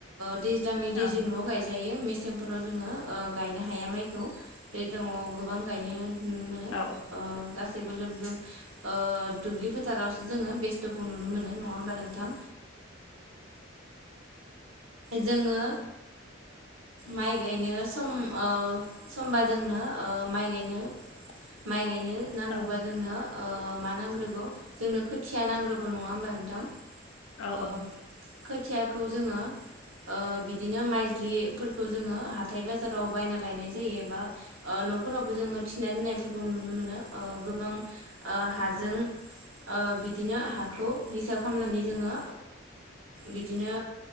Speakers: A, on the right; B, on the left.
A: सिजांनि दैजोंल'
B: औ
A: गायजायो मेसेंफोराव जोङो गायनो हाया माइखौ जे जोंङाव गोबां गायनो नुनो मोनो
B: औ
A: गासैबो लोब लोब बे फोारावसो जोङो बेस्थ'खौ नुनो मोनो नङा होमबा नोंथां जोङो माइ गायनो सम समबा जोंनो माइ गायनो
B: <inaudible>
A: माइ गायनो नांगौबा
B: औ
A: जोंनो मा नांग्रोगौ जोंनो खोथिया नांग्रोगौ नङा होनबा नोंथां
B: औ
A: ओ
B: औ
A: खोथियाखौ जोङो बि बिदिनो माइजलिफोरखौ जोङो हाथाय बाजाराव बायना लायनाय जायो एबा न'फोरावबो जोङो थिना दोननायफोरखौ नुनो मोनो गोबां हाजों बिदिनो हाखौ हिसाब खालामनानै जोङो बिदिनो